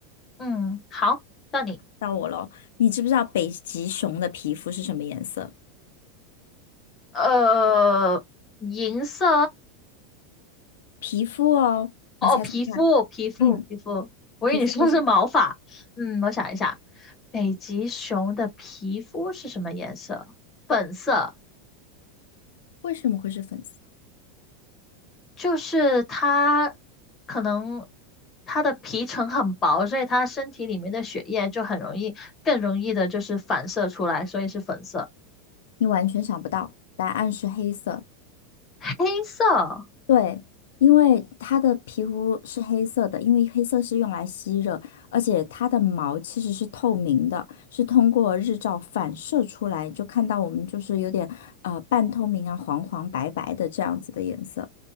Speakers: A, on the left (about 20°); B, on the left (about 85°).
A: 嗯，好，到你，
B: 到我咯，你知不知道北极熊的皮肤是什么颜色？
A: 呃，银色。
B: 皮肤哦，
A: 哦，
B: 你猜猜看。
A: 哦皮肤，皮肤，
B: 嗯，
A: 皮肤，我以为你说的是毛发。
B: 皮肤会是
A: 嗯，我想一下，北极熊的皮肤是什么颜色？粉色，
B: 为什么会是粉色？
A: 就是它可能它的皮层很薄，所以它身体里面的血液就很容易，更容易的就是反射出来，所以是粉色。
B: 你完全想不到，答案是黑色。
A: 黑色，
B: 对，因为它的皮肤是黑色的，因为黑色是用来吸热，而且它的毛其实是透明的，是通过日照反射出来，就看到我们就是有点呃半透明啊，黄黄白白的这样子的颜色。